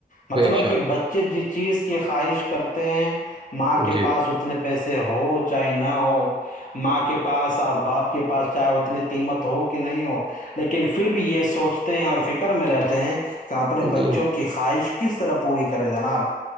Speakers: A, on the left; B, on the right.
A: مطلب
B: بے شک
A: کہ بچے جس چیز کی خواہش کرتے ہیں ماں کے
B: جی
A: پاس اتنے پیسے ہو چاہے نہ ہو ماں کے پاس اور باپ آپ کے پاس چاہے اتنی قیمت ہو کہ نہیں ہو لیکن پھر بھی یہ سوچتے ہیں اور فکر میں رہتے ہیں کہ اپنے بچوں
B: جی
A: کی خواہش کس طرح پوری کرے جناب